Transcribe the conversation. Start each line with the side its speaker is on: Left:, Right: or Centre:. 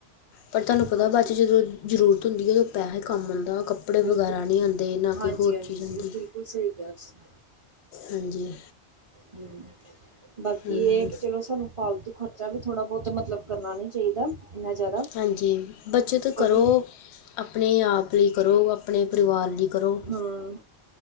Left: ਪਰ ਤਾਨੂੰ
Right: ਹਾਂਜੀ।
Left: ਪਤਾ ਬਾਅਦ 'ਚ ਜਦੋਂ ਜ਼ਰੂਰਤ ਹੁੰਦੀ ਹੈ। ਉਦੋਂ ਪੈਹਾ ਹੀ ਕੰਮ ਆਉਂਦਾ, ਕੱਪੜੇ
Right: ਬਿਲਕੁਲ
Left: ਵਗੈਰਾ ਨਹੀਂ
Right: ਜੀ।
Left: ਆਉਂਦੇ ਨਾ
Right: ਹਾਂਜੀ
Left: ਕੋਈ ਹੋਰ
Right: ਹਾਂਜੀ
Left: ਚੀਜ਼ ਆਉਂਦੀ।
Right: ਜੀ ਬਿਲਕੁਲ ਸਹੀ ਕਿਹਾ ਤੁਸੀਂ।
Left: ਹਾਂਜੀ
Right: ਹਮ, ਬਾਕੀ
Left: ਹੂੰ
Right: ਇਹ ਹੈ ਕਿ ਚਲੋ ਸਾਨੂੰ ਫਾਲਤੂ ਖਰਚਾ ਵੀ ਥੋੜ੍ਹਾ ਬਹੁਤ ਮਤਲਬ ਕਰਨਾ ਨਹੀਂ ਚਾਹੀਦਾ। ਇਨਾ ਜ਼ਿਆਦਾ
Left: ਹਾਂਜੀ, ਬੱਚਤ
Right: ਥੋੜੀ
Left: ਕਰੋ ਆਪਣੇ ਆਪ ਲਈ ਕਰੋ ਆਪਣੇ ਪਰਿਵਾਰ ਲਈ ਕਰੋ।
Right: ਹਾਂ,